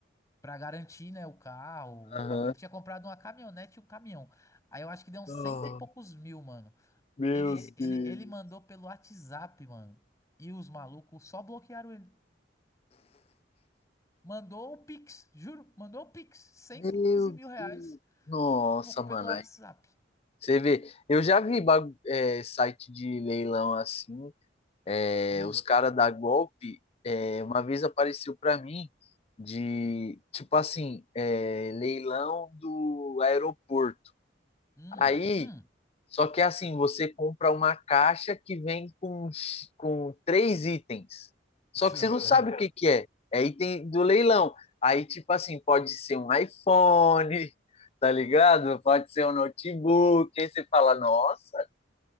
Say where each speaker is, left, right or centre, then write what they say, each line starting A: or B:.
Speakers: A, on the left (about 15°); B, on the left (about 30°).
A: pra garantir, né, o carro,
B: Aham.
A: o bagulho. Ele tinha comprado uma caminhonete e um caminhão. Aí eu acho que deu uns
B: Nossa.
A: cento e poucos mil, mano.
B: Meu
A: Ele, ele,
B: Deus.
A: ele mandou pelo WhatsApp, mano. E os malucos só bloquearam ele. Mandou o Pix, juro. Mandou o Pix. cento
B: Meu
A: e quinze mil reais
B: Deus. Nossa,
A: po- pelo
B: mano.
A: WhatsApp.
B: Você vê, eu já vi bagu- é, site de leilão assim, é,
A: Hum,
B: os caras da golpe, é, uma vez apareceu pra mim de, tipo assim, é, leilão do aeroporto.
A: hum,
B: Aí,
A: hum.
B: só que é assim, você compra uma caixa que vem com, x- com três itens. Só
A: <laughs>
B: que você não sabe o que que é. É item do leilão. Aí, tipo assim, pode ser um iPhone, tá ligado? Pode ser um notebook. Aí você fala, nossa.